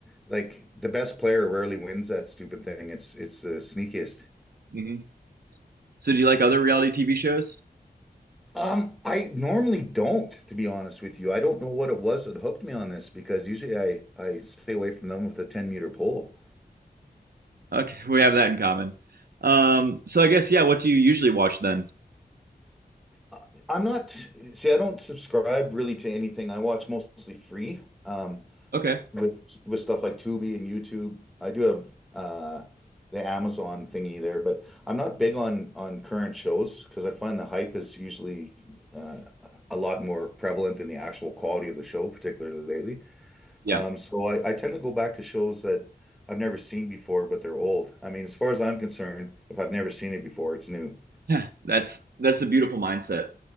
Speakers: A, in the centre; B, on the right.
A: Like the best player rarely wins that stupid thing. It's it's the sneakiest.
B: <laughs> hmm So, do you like other reality TV shows?
A: Um, I normally don't, to be honest with you. I don't know what it was that hooked me on this because usually I I stay away from them with a 10 meter pole.
B: Okay, <laughs> we have that in common. Um, so I guess, yeah, what do you usually watch then?
A: Uh, I'm not, see, I don't subscribe really to anything. I watch mostly free. Um,
B: Okay.
A: with with stuff like Tubi and YouTube. I do have uh the Amazon thingy there, but I'm not big on on current shows because I find the hype is usually uh, a lot more prevalent than the actual quality of the show, particularly lately.
B: Yeah.
A: Um,
B: <laughs>
A: so I, I tend to go back to shows that I've never seen before, but they're old. I mean, as far as I'm concerned, if I've never seen it before, it's new.
B: Yeah. That's that's a beautiful mindset.